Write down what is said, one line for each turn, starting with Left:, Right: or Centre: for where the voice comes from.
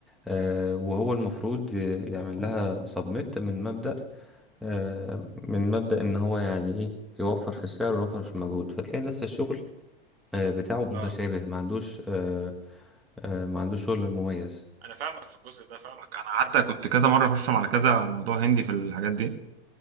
Centre: آه وهو المفروض يعمل لها سبميت من مبدأ آه من مبدأ إن هو يعني إيه يوفر في السعر ويوفر في المجهود فتلاقي نفس الشغل آه، بتاعه متشابه
Right: اه
Centre: ما عندوش آه، آه، ما عندوش شغل مميز
Right: انا فاهمك في الجزء ده فاهمك انا حتى كنت كذا مره اخش على كذا موضوع هندي في الحاجات دي